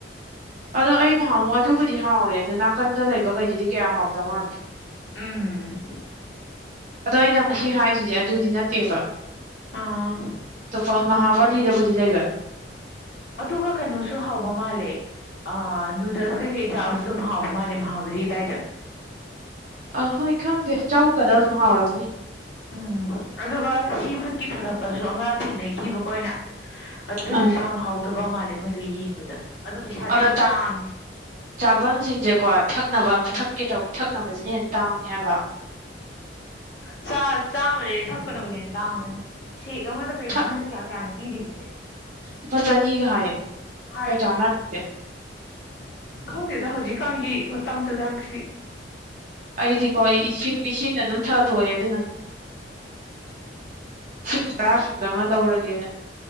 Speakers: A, on the right (about 45°); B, on the left (about 65°).
A: ꯑꯗꯣ ꯑꯩꯅ ꯍꯝꯃꯣ ꯑꯗꯨꯕꯨꯗꯤ ꯗꯤ ꯍꯥꯎꯋꯦ ꯑꯗꯣ ꯅꯥꯀꯟꯗ ꯂꯩꯕꯈꯩꯗꯨꯗꯤ ꯀꯌꯥ ꯍꯥꯎꯗ ꯃꯥꯜꯂꯦ
B: ꯎꯝ
A: ꯑꯗꯣ ꯑꯩꯅ ꯉꯁꯤ ꯍꯥꯏꯔꯤꯁꯤꯁꯦ ꯑꯗꯨꯗꯤ ꯅꯠꯇꯦꯕ
B: ꯑꯥ
A: ꯑꯇꯣꯞꯄ ꯃꯍꯍꯥꯕꯂꯤꯗꯕꯨꯗꯤ ꯂꯩꯕ
B: ꯑꯗꯨꯒ ꯀꯩꯅꯣꯁꯨ ꯍꯥꯎꯕ ꯃꯥꯜꯂꯦ ꯑ ꯅꯨꯗꯜꯁ ꯀꯩꯀꯩ ꯆꯥꯕꯁꯨ ꯑꯗꯨꯝ ꯍꯥꯎꯕ ꯃꯥꯜꯂꯦ ꯃꯍꯥꯎꯕꯔꯤ ꯑꯗꯨꯗꯥꯏꯗ
A: ꯑ ꯍꯣꯏ ꯈꯪꯗꯦ ꯆꯒꯗ ꯑꯗꯨꯝ ꯍꯥꯎꯔꯝꯅꯤ
B: ꯎꯝ ꯑꯗꯨꯒ ꯁꯤ ꯐꯨꯠꯀꯤ ꯊꯥꯒꯠꯄꯁꯨ ꯑꯃ ꯊꯦꯡꯅꯈꯤꯕꯀꯣ ꯑꯣꯏꯅ ꯑꯗꯨꯗꯨꯁꯨ
A: ꯑꯥ
B: ꯌꯥꯝ ꯍꯥꯎꯇꯕ ꯃꯥꯜꯂꯦ ꯃꯣꯏꯗ ꯌꯦꯡꯕꯗ ꯄꯩꯁꯥꯗꯤ
A: ꯑꯗꯣ
B: ꯌꯥꯝ ꯇꯥꯡꯉꯦ
A: ꯆꯥꯐꯝꯁꯤꯡꯁꯦꯀꯣ ꯊꯛꯅꯕ ꯑꯝꯇ
B: ꯎꯝ
A: ꯊꯛꯀꯦ ꯇꯧꯕ ꯊꯛꯅꯕꯁꯤꯅ ꯍꯦꯟꯅ ꯇꯥꯡꯉ ꯍꯥꯏꯕ
B: ꯑꯁ ꯆꯥꯕꯗꯒꯤ ꯊꯛꯄꯅꯕꯨ ꯍꯦꯟꯅ ꯇꯥꯡꯕꯅꯦ ꯁꯦꯛ ꯑꯃꯗ ꯀꯩꯅꯣ
A: ꯊꯛ
B: ꯃꯣꯏꯅ ꯀꯌꯥ ꯀꯌꯥꯅꯣ ꯄꯤꯔꯤꯕꯁꯦ
A: ꯂꯨꯄꯥ ꯆꯅꯤꯒ ꯍꯥꯏꯌꯦ
B: ꯍꯥꯏꯕꯅꯦ
A: ꯀꯩ ꯆꯥꯟꯅꯔꯒꯦ
B: ꯑꯁ ꯈꯪꯗꯦꯗ ꯍꯧꯖꯤꯛ ꯈꯪꯉ ꯇꯥꯡꯗ ꯆꯪꯁꯤꯗꯤ
A: ꯑꯩꯗꯤꯀꯣ ꯏꯁꯤꯡ ꯏꯁꯤꯡ ꯑꯗꯨꯝ ꯊꯥꯠꯇꯣꯛꯑꯦ ꯑꯗꯨꯅ ꯁꯤ ꯈꯔ ꯐꯤꯕ ꯑꯃ ꯇꯧꯔꯒꯦꯅ